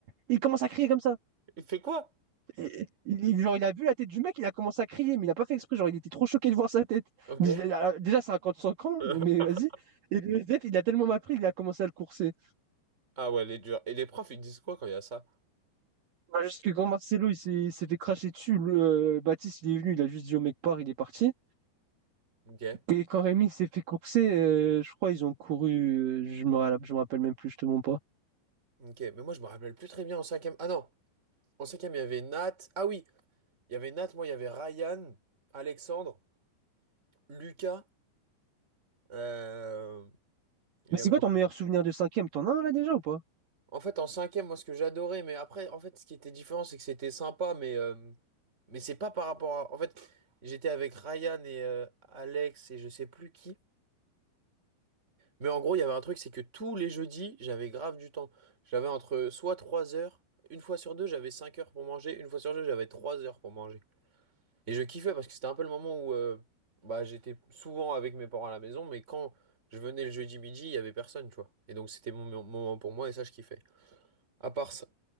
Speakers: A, on the right; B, on the right.
A: Il commence à crier comme ça.
B: Il fait quoi?
A: Et- il, genre, il a vu la tête du mec, il a commencé à crier, mais il a pas fait exprès. Genre, il était trop choqué de voir sa tête.
B: Ok.
A: Déjà, déjà, c'est un camp de son camp,
B: <laughs>
A: mais vas-y. Et le SDF, il a tellement mal pris qu'il a commencé à le courser.
B: Ah ouais, elle est dure. Et les profs, ils disent quoi quand il y a ça?
A: Bah, Juste que quand Marcelo il s'est il s'est fait cracher dessus, le, euh, Baptiste il est venu, il a juste dit au mec pars, il est parti.
B: Ok.
A: Et quand Rémi il s'est fait courser, euh, je crois ils ont couru, euh, je me, ra- je me rappelle même plus, je te mens pas.
B: Ok, mais moi, je me rappelle plus très bien en cinquième. Ah non. En cinquième, il y avait Nat. Ah oui, il y avait Nat, moi, il y avait Ryan, Alexandre, Lucas. euh, il
A: Mais
B: y
A: c'est
B: avait-
A: quoi
B: ouais.
A: ton meilleur souvenir de cinquième? T'en as un là déjà ou pas?
B: En fait, en cinquième, moi, ce que j'adorais, mais après, en fait, ce qui était différent, c'est que c'était sympa, mais, euh, mais c'est pas par rapport à... En fait, j'étais avec Ryan et euh, Alex et je sais plus qui. Mais en gros, il y avait un truc, c'est que tous les jeudis, j'avais grave du temps. J'avais entre soit 3 heures, une fois sur deux, j'avais 5 heures pour manger, une fois sur deux, j'avais 3 heures pour manger. Et je kiffais parce que c'était un peu le moment où euh, bah, j'étais souvent avec mes parents à la maison, mais quand je venais le jeudi midi, il y avait personne, tu vois. Et donc c'était mon mon moment pour moi et ça, je kiffais. À part ça,